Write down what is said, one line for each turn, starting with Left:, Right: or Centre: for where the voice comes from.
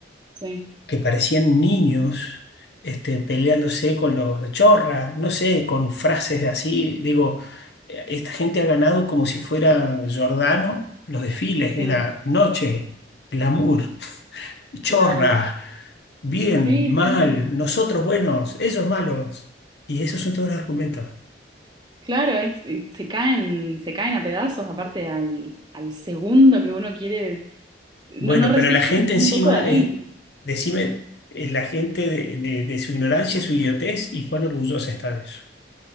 Right: Sí,
Left: que parecían niños, este, peleándose con los chorras, no sé, con frases así. Digo, eh, esta gente ha ganado como si fuera Giordano los desfiles,
Right: sí,
Left: era noche, glamour, chorra,
Right: claro.
Left: bien,
Right: Sí,
Left: mal,
Right: sí.
Left: nosotros buenos, ellos malos. Y esos son todos los argumentos.
Right: Claro, es, eh, se caen, se caen a pedazos, aparte al, al segundo que uno quiere, no,
Left: Bueno,
Right: no resiste
Left: pero la gente
Right: ni
Left: encima,
Right: un poco de análisis.
Left: eh, decime, eh, la gente de, de- de su ignorancia, su idiotez y cuán orgullosa está de eso.